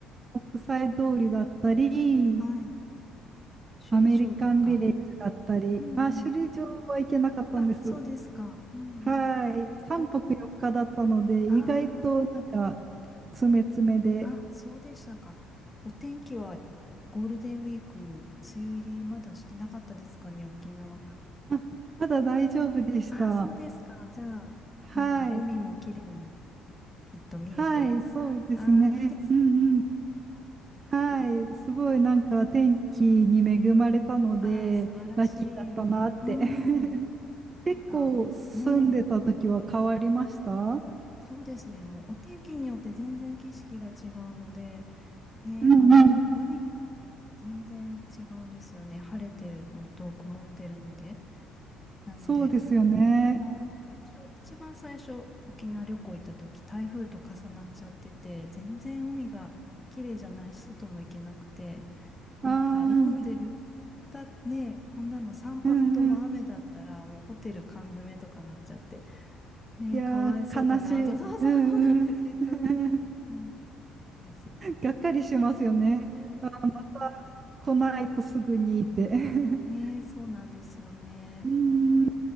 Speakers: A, on the right; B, on the left.
A: 国際通りだったり、
B: はい。首里城とか。
A: アメリカンビレッジだったり、
B: うんうん。
A: まあ、首里城は行けなかったんです。
B: あ、そうですか。うんうん。
A: はい。3泊4日だったので、
B: え、
A: 意外となんか、
B: あ
A: 詰め詰めで、
B: あ、あ、そうでしたか。お天気はゴールデンウィーク、梅雨入りまだしてなかったですかね、沖縄。
A: あ、まだ大丈夫でした。
B: あ、そうですか。じゃあ、
A: はい。
B: あの、海も綺麗にきっと見えて。
A: はい、そうですね。
B: ああ、いいですね。
A: うんうん。はい。すごいなんか天気に恵まれたので、
B: ああ、素晴らしい。
A: ラッキーだったなって。
B: うん。
A: <laughs> 結構住んでた時は変わりました
B: なんか、おねえ、そうですね。もうお天気によって全然景色が違うので、ね、
A: うんうん。
B: あの、う、海全然違うんですよね。晴れてるのと曇ってるので。なので、
A: そうですよね。
B: はい。最初、一番最初、沖縄旅行行った時、台風と重なっちゃってて、全然海が綺麗じゃないし、外も行けなくて、
A: ああ
B: なんか、なので旅行
A: ー、
B: だね、こんなの3泊とも雨だったら、
A: うんうん。
B: もうホテル缶詰とかなっちゃって、ね、
A: いやー、
B: かわいそうだなと、
A: 悲しい。
B: <laughs> そうそうそうなんです、
A: うんうん。
B: せっかく
A: <laughs>
B: にですよ。
A: がっかりしますよね。
B: ね、
A: あーまた来ないとすぐにって。<laughs>
B: ね、そうなんですよね。
A: うーん。